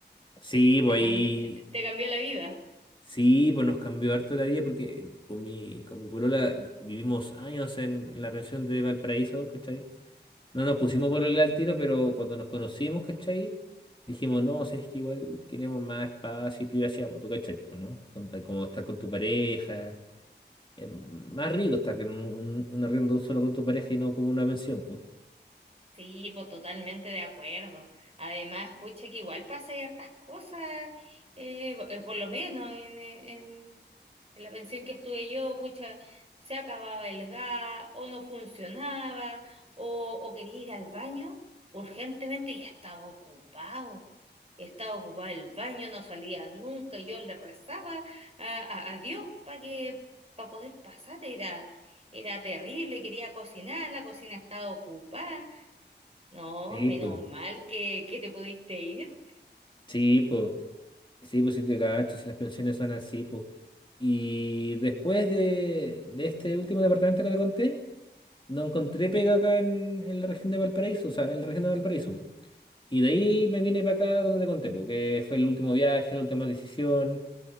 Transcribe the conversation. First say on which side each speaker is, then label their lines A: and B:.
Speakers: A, on the left; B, on the right.
A: Sí, pues
B: Te cambi-
A: ahí,
B: te- te cambió la vida.
A: sí, pues nos cambió harto la vida porque con mi, con mi polola vi- vivimos años en, en la pensión de Valparaíso, ¿cachai? No nos pusimos polola al tiro, pero cuando nos conocimos, ¿cachai? Dijimos, no, si es que igual queremos más espacio y privacidad, pues tú, ¿cachai? Pues, ¿no? Con- Como estar con tu pareja. Es más rico estar en un, un- un arriendo solo con tu pareja y no como una pensión, pues.
B: Sí, pues totalmente de acuerdo. Además, pucha, que igual pasa hay hartas cosas, eh, bo- eh, por lo menos en, eh, en- en la pensión que estuve yo, pucha, se acababa el gas, o no funcionaba, o, o quería ir al baño urgentemente y estaba ocupado. Estaba ocupado el baño, no salía nunca. Yo le rezaba a, a- a Dios para que, para poder pasar. Era, era terrible, quería cocinar, la cocina estaba ocupada. No,
A: Sí,
B: menos
A: pues.
B: mal que, que te pudiste ir.
A: Sí, pues. Sí, pues si te cacho, si las pensiones son así, pues. Y después de, de este último departamento que te conté, no encontré pega acá en, en la región de Valparaíso, o sea, en la región de Valparaíso. Y de ahí me vine para acá donde te conté, porque fue el último viaje, la última decisión.